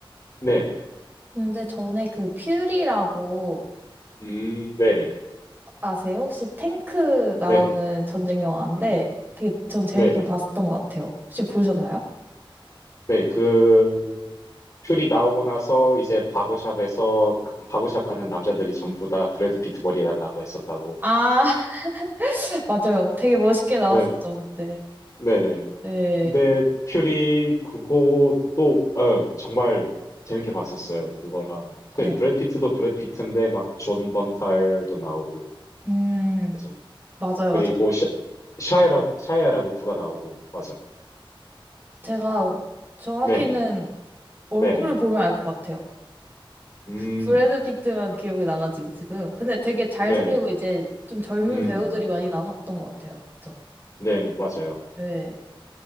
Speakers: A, on the left; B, on the right.
A: 네네
B: 근데 전에 그 퓨리라고
A: 음 네네
B: 아세요? 혹시 탱크 나오는
A: 네네
B: 전쟁 영화인데
A: 음
B: 되게 전 재밌게
A: 네네
B: 봤었던 것 같아요. 혹시 보셨나요?
A: 네, 그 퓨리 나오고 나서 이제 바보샵에서 그, 바보샵 가는 남자들이 전부 다 브래드 피트 머리 해달라고 했었다고.
B: 아, <laughs> 맞아요. 되게 멋있게 나왔었죠,
A: 네,
B: 그때.
A: 네네.
B: 네.
A: 근데 퓨리 그것도 어, 정말 재밌게 봤었어요. 그거랑 그
B: 네.
A: 브래드 피트도 브래드 피트인데 막 존 번탈도 나오고
B: 음,
A: 맞아.
B: 맞아요,
A: 그리고
B: 맞아요.
A: 샤, 샤이라 샤이아 라보프가 나오고 맞아.
B: 제가 정확히는
A: 네네,
B: 얼굴을
A: 네네.
B: 보면 알 것 같아요.
A: 음,
B: 브래드 피트만 기억이 나가지고 지금. 근데 되게 잘생기고
A: 네네,
B: 이제 좀 젊은
A: 음,
B: 배우들이 많이 남았던 것 같아요. 그쵸?
A: 네네 맞아요.
B: 네.